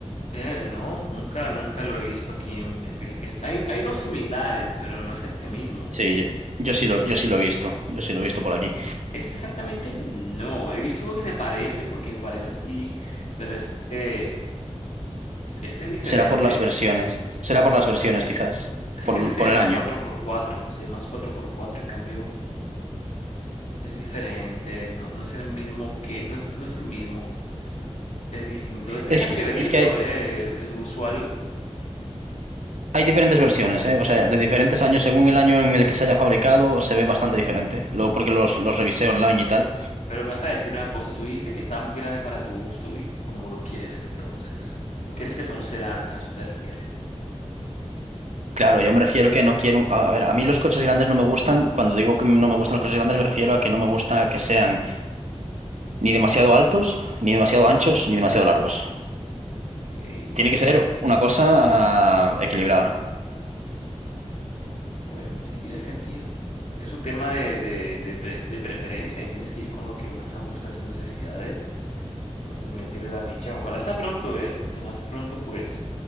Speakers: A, on the left; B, on the right.
A: eh, no, nunca, nunca lo he visto aquí en, en Filipinas. Hay, hay unos similares, pero no es este mismo.
B: Sí, yo, yo sí lo, yo sí lo he visto, yo sí lo he visto por aquí.
A: Este exactamente no. He visto uno que se parece porque parece así, pero este, este es diferente.
B: Será por las versiones, será por las versiones quizás,
A: Es
B: por,
A: que este se
B: por
A: ve
B: el
A: más
B: año.
A: cuatro por cuatro se ve más cuatro por cuatro en cambio es diferente, no, no es el mismo que, no es, no es el mismo. Es distinto. Este
B: Es
A: está
B: que,
A: chéverito,
B: es que hay,
A: eh, el usual,
B: hay diferentes versiones, ¿eh? O sea, de diferentes años, según el año en el que se haya fabricado, se ve bastante diferente. Lo, porque los, los revisé online y tal.
A: pero me vas a decir una cosa. Tú dijiste que estaba muy grande para tu gusto y cómo lo quieres entonces. ¿O quieres que sea un sedán? ¿A eso te refieres?
B: Claro, yo me refiero que no quiero. A, a ver, a mí los coches grandes no me gustan. Cuando digo que no me gustan los coches grandes, me refiero a que no me gusta que sean ni demasiado altos, ni demasiado anchos, ni demasiado largos.
A: Ok,
B: Tiene
A: y
B: que
A: sí,
B: ser
A: es como,
B: una cosa ah, equilibrada.
A: bueno, sí tiene sentido. Es un tema de, de, de, pre- de preferencia y tienes que ir con lo que más ajusta a tus necesidades. Entonces métele la ficha. Ojalá sea pronto, ¿eh? Entre más pronto, pues